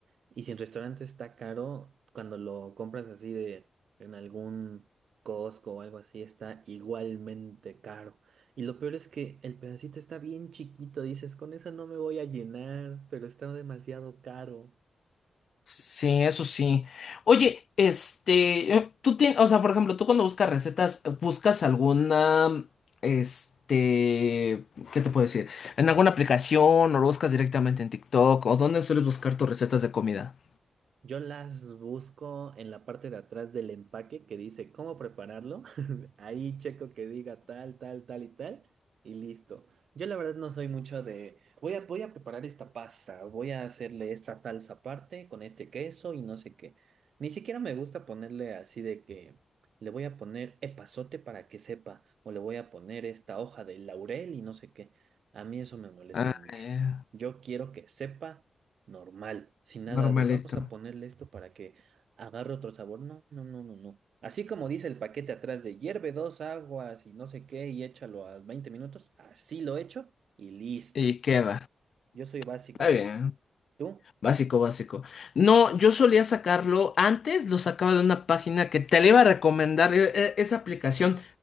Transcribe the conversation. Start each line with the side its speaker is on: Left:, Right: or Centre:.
Right: Y si el restaurante está caro, cuando lo compras así de en algún Costco o algo así, está igualmente caro. Y lo peor es que el pedacito está bien chiquito, dices, con eso no me voy a llenar, pero está demasiado caro.
Left: Sí, eso sí. Oye, este, eh, tú tienes, o sea, por ejemplo, tú cuando buscas recetas, buscas alguna, este, ¿qué te puedo decir? ¿En alguna aplicación o lo buscas directamente en TikTok? ¿O dónde sueles buscar tus recetas de comida?
Right: Yo las busco en la parte de atrás del empaque que dice cómo prepararlo. <laughs> Ahí checo que diga tal, tal, tal y tal. Y listo. Yo la verdad no soy mucho de, voy a, voy a preparar esta pasta, voy a hacerle esta salsa aparte con este queso y no sé qué. Ni siquiera me gusta ponerle así de que le voy a poner epazote para que sepa o le voy a poner esta hoja de laurel y no sé qué. A mí eso me molesta
Left: Ah,
Right: mucho.
Left: ya.
Right: Yo quiero que sepa normal, sin nada
Left: Normalito.
Right: de vamos a ponerle esto para que agarre otro sabor. No, no, no, no, no. Así como dice el paquete atrás de hierve dos aguas y no sé qué y échalo a 20 minutos, así lo echo y listo.
Left: Y queda.
Right: Yo soy básico,
Left: Está
Right: básico.
Left: bien.
Right: ¿Tú?
Left: Básico, básico. No, yo solía sacarlo. Antes lo sacaba de una página que te le iba a recomendar e- e- esa aplicación.